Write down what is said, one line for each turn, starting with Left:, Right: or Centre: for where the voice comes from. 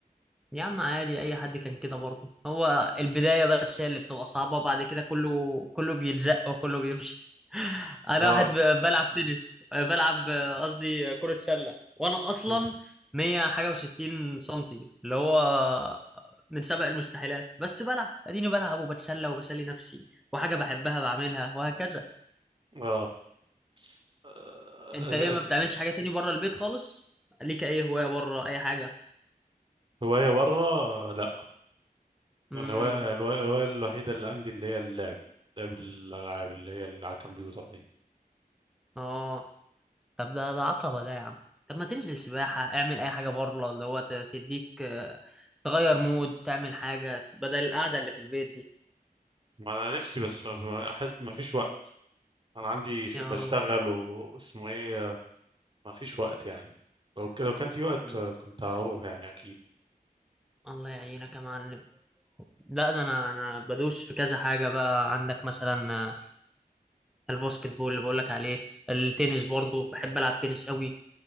Centre: يا عم عادي اي حد كان كده برضه هو البدايه بس هي اللي بتبقى صعبه بعد كده كله كله بيتزق وكله بيمشي <laughs> انا
Right: اه
Centre: واحد ب- بلعب تنس بلعب قصدي كره سله وانا اصلا
Right: مم.
Centre: 100 حاجه و60 سنتي اللي هو من سبق المستحيلات بس بلعب اديني بلعب وبتسلى وبسلي نفسي وحاجه بحبها بعملها وهكذا
Right: اه آه،
Centre: انت ايه ما
Right: أس-
Centre: بتعملش حاجه تاني بره البيت خالص ليك اي هوايه بره اي حاجه
Right: هوايه بره آه، لا
Centre: امم
Right: الهوايه الهوايه الهواية الوحيده اللي عندي اللي هي اللعب لعب الالعاب اللي هي اللي على الكمبيوتر دي
Centre: اه طب ده ده عقبة ده يا عم طب ما تنزل سباحة اعمل أي حاجة بره اللي هو ت- تديك آه، تغير مود تعمل حاجة بدل القعدة اللي في البيت دي
Right: ما انا نفسي بس ما أحس... ما فيش وقت انا عندي ش...
Centre: يا
Right: بشتغل واسمه ايه آه، ما فيش وقت يعني لو ك... لو كان في وقت
Centre: مم.
Right: آه، كنت هروح يعني اكيد
Centre: الله يعينك يا معلم لا ده أنا أنا بدوس في كذا حاجة بقى عندك مثلا الباسكت بول اللي بقولك عليه التنس برضو بحب ألعب تنس قوي